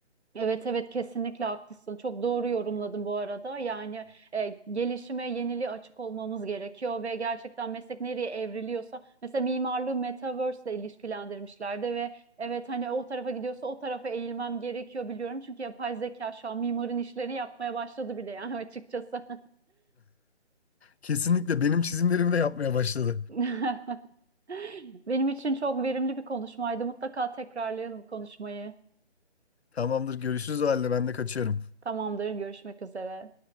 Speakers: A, on the right; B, on the left.
A: Evet evet kesinlikle haklısın. Çok doğru yorumladın bu arada. Yani e, gelişime, yeniliğe açık olmamız gerekiyor ve gerçekten meslek nereye evriliyorsa mesela mimarlığı metaverse ile ilişkilendirmişlerdi ve evet hani o tarafa gidiyorsa o tarafa eğilmem gerekiyor biliyorum. Çünkü yapay zeka şu an mimarın işlerini yapmaya başladı bile yani açıkçası.
B: Kesinlikle benim çizimlerimi de yapmaya başladı.
A: <laughs> Benim için çok verimli bir konuşmaydı. Mutlaka tekrarlayalım konuşmayı.
B: Tamamdır görüşürüz o halde ben de kaçıyorum.
A: Tamamdır, görüşmek üzere.